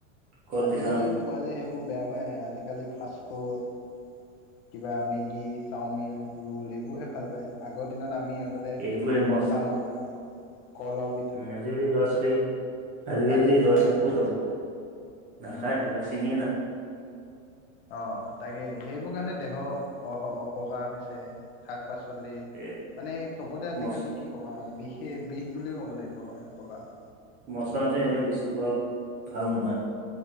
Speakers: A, on the right (about 20°); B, on the left (about 45°).
A: কল
B: আজিকালি
A: পিঠা
B: পোৱালিৱে সেইবোৰ বেয়া পায়, আজিকালি ফাষ্টফুড- কিবা মেগী চাওমিন ৰোল এইবোৰহে ভাল পায়। আগৰ দিনত আমি আগতে
A: এইবোৰে মস্ত
B: খাওঁ এইবিলাক কল আৰু
A: উম, আজিকালি ল'ৰা- ছোৱালী, আজিকালি
B: পানী পিঠা
A: ল'ৰা- ছোৱালী
B: এইবোৰ
A: ক'ত খাব। নাখায়
B: উম
A: এইবিলাক। চিনিয়ে নাপায়।
B: অ, তাকে সেইবোৰ কাৰণে দেহৰ আহ, অপকাৰ হৈছে। শাক- পাচলি,
A: নাপায়
B: মানে চবতে আজিকালি
A: মচ
B: কি- ক'বা আৰু। বিষেই বিষ বুলিয়ে ক'ব লাগিব আৰু এক প্ৰকাৰৰ।
A: মচলাটো এনেও বেছি খোৱা ভাল নহয়।